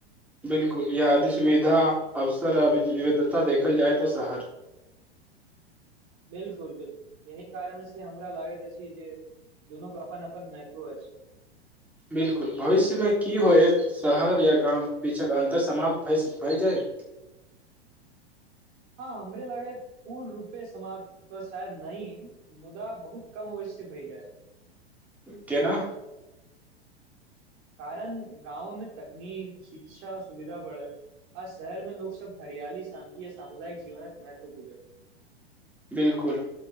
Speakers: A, in the centre; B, on the right.
A: बिल्कुल य अधि सुविधा अवसर विविधता देखल जाय तऽ शहर
B: बिल्कुल बिल्कुल यहि कारण हमरा लागैत अछि जे जून के अपन अपन महत्व अछ
A: बिल्कुल भविष्यमे की होयत शहर या गाम बीचक अन्तर समाप्त भ भए जायत
B: <inaudible> हाँ हमरे लागे पूर्ण रूपे समाप्त तऽ शायद नयि मुदा बहुत कम अव से है जाय
A: केना
B: कारण गाँवोमे तकनीक शिक्षा सुविधा बढ़त आ शहर में लोक सब हरियाली शान्ति य सामुदायिक जीवनक महत्व बुझल
A: बिल्कुल